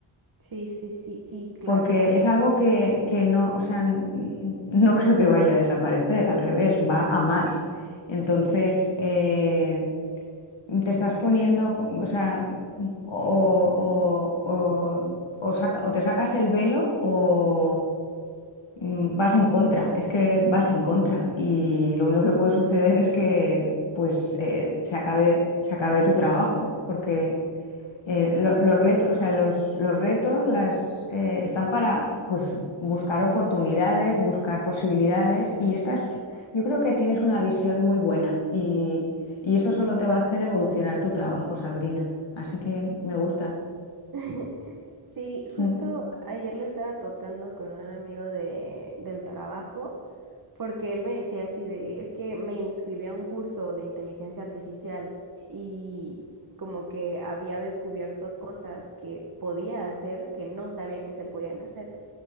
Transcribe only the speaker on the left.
porque
es algo que, que no, o sea, n- no creo que vaya a desaparecer, al revés, va a más. Entonces,
eh, te estás poniendo, o sea, mm, o, o, o, o saca- o te sacas el velo o mm, vas en contra, es que vas en contra y lo único que puede suceder es que pues eh, se acabe, se acabe tu trabajo, porque eh, lo- los retos, o sea, los, los retos las, eh, están para pues, buscar oportunidades, buscar posibilidades y esta es- yo creo que tienes una visión muy buena y, y eso solo te va a hacer evolucionar tu trabajo, Sabrina. Así que me gusta.
Mm.